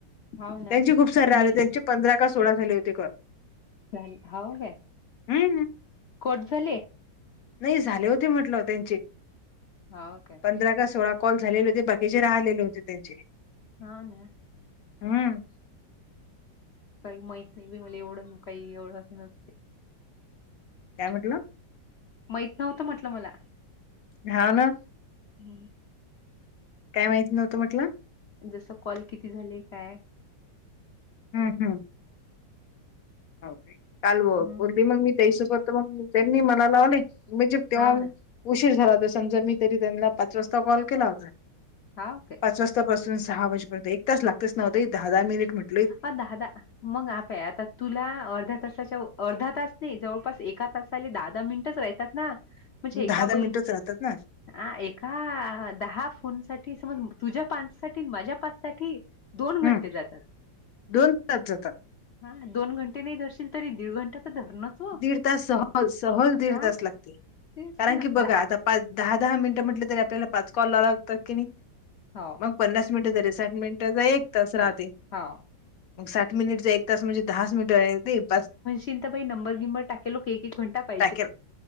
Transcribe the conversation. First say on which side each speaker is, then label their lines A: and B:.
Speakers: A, on the left; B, on the left.
A: हाव ना
B: त्यांची खूप सार
A: मी
B: आले त्यांचे पंधरा का सोळा झाले होते घर.
A: झाले हो का?
B: हम्म हम्.
A: कोठ झाले?
B: नाही झाले होते म्हटलं होते त्यांचे
A: हा ओके.
B: पंधरा का सोळा कॉल झालेले होते बाकीचे राहलेले होते त्यांचे
A: हा ना.
B: हम.
A: काही माहत नाही बी मला एवढं काही एवढं अस नसत.
B: काय म्हटलं?
A: माहीत नव्हतं म्हटलं मला
B: हा ना.
A: हम्म.
B: काय माहिती नव्हतं म्हटलं.
A: जसं कॉल किती झाले काय?
B: हम् हम्. हो काल <unintelligible>
A: हं
B: मग त्यांनी मला लावली म्हणजे तेव्हा
A: हाव ना
B: उशीर झाला होता समजा मी तरी त्यांना पाच वाजता कॉल केला होता.
A: हा ओके.
B: पाच वाजतापासून सहा वाजेपर्यंत एक तच लागतोच ना ओ ताई दहा दहा मिनिट म्हट.
A: अ दहा दहा. मग आप्या आता तुला अर्ध्या तासाच्या अर्धा तास नाही जवळपास एका तासला दहा दहा मिनिटच रायतात. ना म्हणजे एका
B: दहा दहा
A: बईचे
B: मिनिटच राहतात ना
A: ह एका दहा फोन साठी समज तुझ्या पानच साठी माझ्या पाच साठी दोन घंटे
B: हम्
A: जातात.
B: दोन तास जातात.
A: हा दोन घंटे नाही धरशील तरी दीड घंटा तर धरणच. हो
B: दीड तास सहज सहज दीड
A: हा
B: तास लागते
A: तेच
B: कारण
A: ना
B: की बघा
A: दहा
B: आता पाच दहा दहा मिनिटं म्हटले तरी आपल्याला पाच कॉल लाव लागत कि नाही.
A: हो.
B: मग पन्नास मिनिट झाले साठ मिनिटचा एक तास राहते
A: हो हो
B: मग साठ मिनिटच एक तास म्हणजे दहाास मिनिटं आहे ते बास
A: चि काई नंबर गिमबर टक. ते लोक एकएक घंटा प <unintelligible>
B: टाकेल